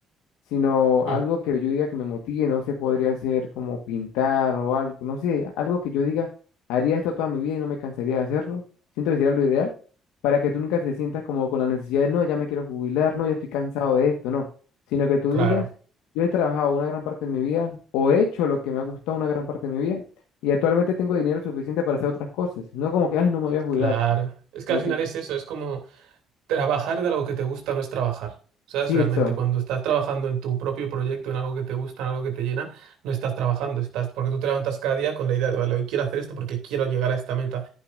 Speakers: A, on the left (about 80°); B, on the right (about 80°).
A: sino algo
B: mm,
A: que yo diga que me motive, no sé, podría ser como pintar o algo, no sé, algo que yo diga, haría esto toda mi vida y no me cansaría de hacerlo. Siento que sería lo ideal para que tú nunca te sientas como con la necesidad de, no, ya me quiero jubilar, no, ya estoy cansado de esto, no, sino que tú
B: claro,
A: digas, yo he trabajado una gran parte de mi vida o he hecho lo que me ha gustado una gran parte de mi vida y actualmente tengo dinero suficiente para hacer otras cosas, no como que, ay, no me voy a jubilar.
B: claro. Es que
A: No
B: al final
A: tengo...
B: es eso, es como... Trabajar de algo que te gusta no es trabajar. ¿Sabes?
A: Sí,
B: Realmente
A: eso,
B: cuando estás trabajando en tu propio proyecto, en algo que te gusta, en algo que te llena, no estás trabajando, estás porque tú te levantas cada día con la idea de, vale, hoy quiero hacer esto porque quiero llegar a esta meta.